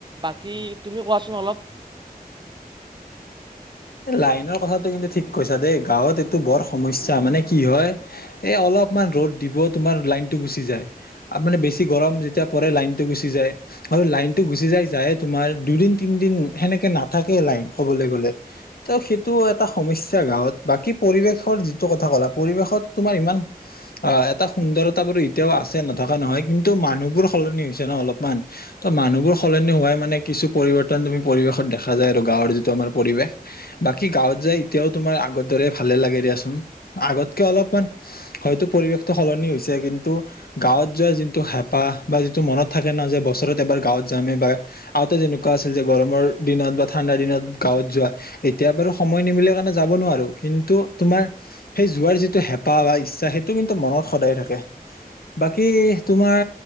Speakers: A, on the right (about 30°); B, on the left (about 75°).
A: বাকী তুমিও কোৱাচোন অলপ।
B: এই লাইনৰ কথাটো কিন্তু ঠিক কৈছা দেই গাঁৱত এইটো বৰ সমস্যা মানে কি হয় এ, অলপমান ৰ'দ দিব তোমাৰ লাইনটো গুচি যায়। মানে বেছি গৰম যেতিয়া পৰে লাইনটো গুচি যায় আৰু লাইনটো গুচি যাই যায় তোমাৰ দুদিন তিনিদিন সেনেকে নাথাকে লাইন কবলৈ গলে ত সেইটো এটা সমস্যা গাঁৱত বাকী পৰিৱেশৰ যিটো কথা কলা পৰিৱেশত তোমাৰ ইমান অ এটা সুন্দৰতা বাৰু এতিয়াও আছে নথকা নহয় কিন্তু মানুহবোৰ সলনি হৈছে ন অলপমান ত মানুহবোৰ সলনি হোৱাই মানে কিছু পৰিৱৰ্তন তুমি পৰিৱেশত দেখা যায় আৰু গাঁৱৰ যিটো আমাৰ পৰিৱেশ বাকী গাঁৱত যাই এতিয়াও তোমাৰ আগৰ দৰে ভালে লাগে দিয়াচোন আগতকে অলপমান হয়তো পৰিৱেশটো সলনি হৈছে কিন্তু গাঁৱত যোৱা যোনটো হেঁপাহ বা যিটো মনত থাকে ন যে বছৰত এবাৰ গাঁৱত যাম এবাৰ আগতে যেনেকুৱা আছিল যে গৰমৰ দিনত বা ঠাণ্ডা দিনত গাঁৱত যোৱা এতিয়া বাৰু সময় নিমিলে কাৰণে যাব নোৱাৰো কিন্তু তোমাৰ সেই যোৱাৰ যিটো হেঁপাহ বা ইচ্ছা সেইটো কিন্তু মনত সদায় থাকে বাকী তোমাৰ